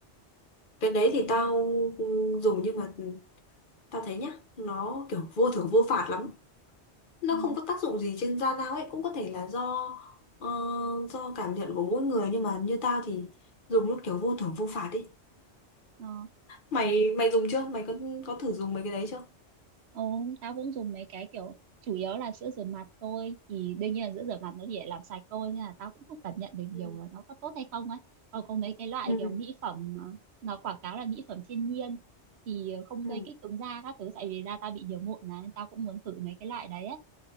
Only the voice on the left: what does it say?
Cái đấy thì tao dùng nhưng mà tao thấy nhá, nó kiểu vô thưởng vô phạt lắm. nó
không có tác dụng gì trên da dao ấy cũng có thể là do ờ, do cảm nhận của mỗi người nhưng mà như tao thì dùng lúc kiểu vô thưởng vô phạt ấy
mày mày dùng chưa mày có có thử dùng mấy cái đấy chưa
ừ
ừ
ừ